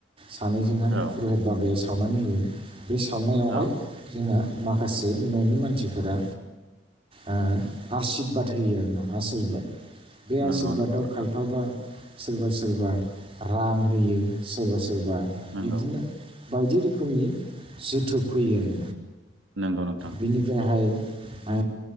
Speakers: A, on the right (about 30°); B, on the right (about 85°).
A: सानैजोंहाय
B: औ
A: पुरहित बाबाया सावनानै होयो बे सावनायावहाय
B: औ
A: जोंहा माखासे न'नि मानसिफोरा आ आसिरबाद होयो आरो ना आसिरबाद बे आसिरबादाव
B: नंगौ नंगौ नोंथां
A: खायफाबा सोरबा सोरबा रां होयो सोरबा सोरबा
B: नंगौ
A: बिदिनो बायदि रोखोमनि जोथोब फैयो आरो
B: नंगौ नोंथां
A: बिनिफ्रायहाय ओ